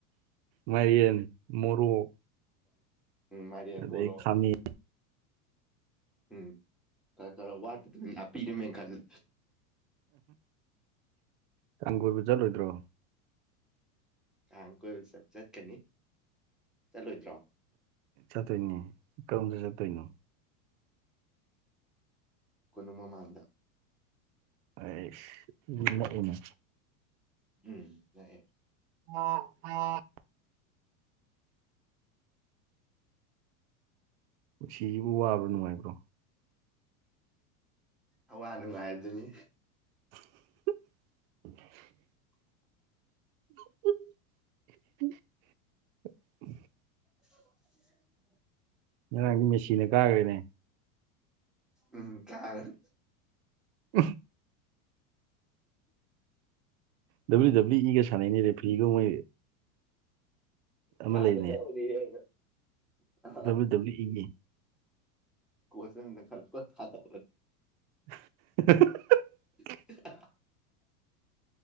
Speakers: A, on the right (about 55°); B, in the centre.
A: ꯃꯥꯏꯔꯦꯟ ꯃꯣꯔꯣꯛ
B: ꯎꯝ ꯃꯥꯏꯔꯥꯟ
A: ꯑꯗꯩ
B: ꯃꯣꯔꯣꯛ
A: ꯈꯥꯃꯦꯟ
B: ꯎꯝ ꯈꯔ ꯈꯔ ꯋꯥꯠꯄꯗꯨꯅꯤ ꯂꯥꯛꯄꯤꯔꯝꯃꯦꯅ ꯈꯜꯂꯦ
A: ꯀꯥꯡ ꯀꯣꯏꯕ ꯆꯠꯂꯣꯏꯗ꯭ꯔꯣ
B: ꯊꯥꯡ ꯀꯣꯏ ꯆ ꯆꯠꯀꯅꯤ ꯆꯠꯂꯣꯏꯗ꯭ꯔꯣ
A: ꯆꯠꯇꯣꯏꯅꯦ ꯀꯔꯝꯁꯨ ꯆꯠꯇꯣꯏꯅꯣ
B: ꯀꯣꯅꯨꯡ ꯃꯃꯥꯡꯗ
A: ꯑ ꯏ ꯏꯅꯦ
B: ꯎꯝ ꯑꯦ ꯑꯦ
A: <unintelligible> ꯅꯨꯡꯁꯤꯁꯤꯕꯨ ꯋꯥꯕ꯭ꯔꯥ ꯅꯨꯡꯉꯥꯏꯕ꯭ꯔꯣ
B: ꯑ ꯋꯥꯅꯅꯨꯡꯉ ꯍꯥꯏꯔꯗꯨꯅꯤ
A: <inaudible> <inaudible>
B: <inaudible>
A: ꯉꯔꯥꯡꯗꯤ ꯃꯦꯆꯤꯟꯅ ꯀꯥꯈ꯭ꯔꯦꯅꯦ
B: ꯎꯝ ꯀꯒꯅꯤ
A: ꯎ ꯗꯕ꯭ꯂꯤꯎ ꯗꯕ꯭ꯂꯤꯎ ꯏꯒꯥꯟꯅꯩꯅꯤꯅꯦ ꯔꯦ ꯐꯤꯒ ꯃꯣꯏ ꯑꯃ
B: ꯀꯥꯗꯅ
A: ꯂꯩꯕꯅꯦ
B: ꯑꯣꯔꯤꯅ ꯑ
A: ꯗꯕ꯭ꯂꯤꯎ ꯗꯕ꯭ꯂꯤꯎ ꯏꯒꯤ
B: ꯀꯣꯁꯟ ꯈꯔꯄ ꯊꯥꯔ
A: <inaudible>
B: <unintelligible>